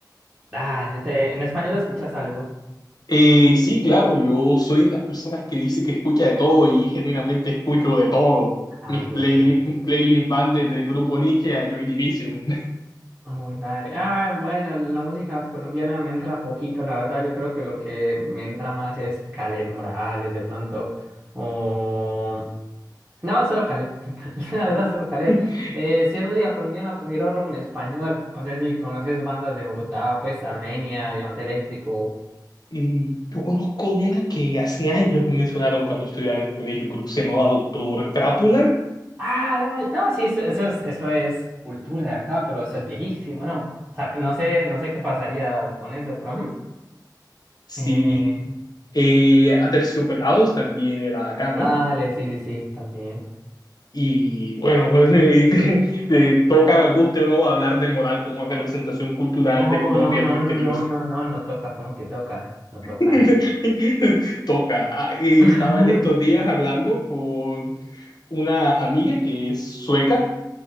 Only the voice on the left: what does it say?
Eh, sí, claro, yo soy de las personas que dice que escucha de todo y genuinamente escucho de todo.
Mis
playlists,
mis playlists van desde el Grupo Nietzsche a Joy Division.
<laughs>
Y yo conozco una que hace años me mencionaron cuando estudiaba en el colegio, creo que se llamaba Doctor Crápula.
Sí,
Eh, Aterciopelados también era acá, ¿no?
Y bueno, <laughs> eh, eh, toca, guste o no, hablar de moral como representación cultural
de Colombia
en el exterior.
<laughs> Toca. Ah, y
estaba en estos días hablando con una amiga que es sueca